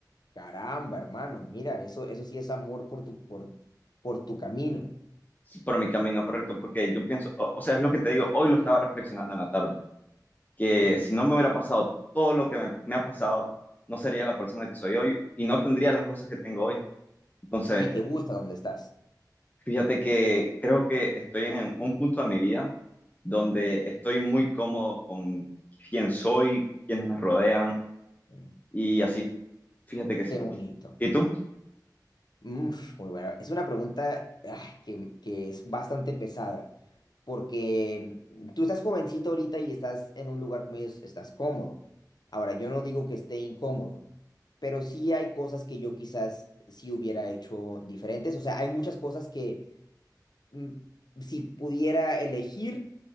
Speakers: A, on the left; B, on the left.
A: Caramba, hermano, mira, eso, eso sí es amor por tu, por, por tu camino.
B: por mi camino correcto, porque yo pienso, o, o sea, es lo que te digo, hoy lo estaba reflexionando en la tarde, que
A: Mm,
B: si no me hubiera pasado todo lo que me, me ha pasado, no sería
A: sí.
B: la persona que soy hoy y no tendría las cosas que tengo hoy. Entonces,
A: Y te gusta donde estás.
B: Fíjate que creo que estoy en un punto de mi vida donde estoy muy cómodo con quién soy, quienes me rodean
A: Mm,
B: y así. Fíjate que sí.
A: Qué bonito.
B: ¿Y tú?
A: Mm, muy buena. Es una pregunta ah, que, que es bastante pesada, porque mm, tú estás jovencito ahorita y estás en un lugar como ellos, estás cómodo. Ahora, yo no digo que esté incómodo, pero sí hay cosas que yo quizás sí hubiera hecho diferentes. O sea, hay muchas cosas que mm, si pudiera elegir,